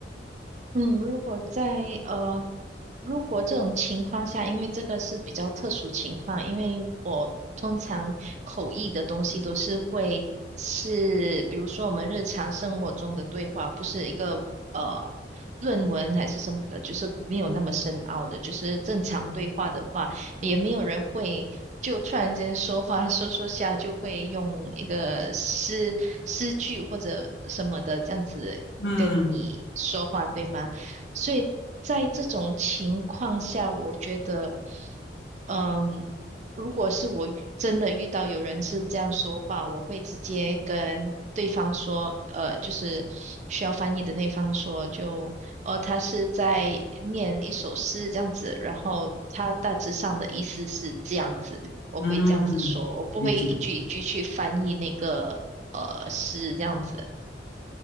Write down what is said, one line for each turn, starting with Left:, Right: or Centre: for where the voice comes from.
Right: 嗯，如果在呃如果这种情况下，因为这个是比较特殊情况，因为我通常口译的东西都是会是，比如说我们日常生活中的对话，不是一个呃论文还是什么的，就是没有那么深奥的，就是正常对话的话，也没有人会就突然间说话说说下就会用一个诗诗句或者什么的这样子跟你说话，
Left: 嗯
Right: 对吗？所以在这种情况下，我觉得，嗯，如果是我遇真的遇到有人是这样说话，我会直接跟对方说，呃，就是需要翻译的那方说，就，哦，他是在念一首诗这样子，然后他大致上的意思是这样子，我会这样子说，
Left: 嗯，
Right: 我不会一句一句去翻译那个呃诗这样子，
Left: 理解。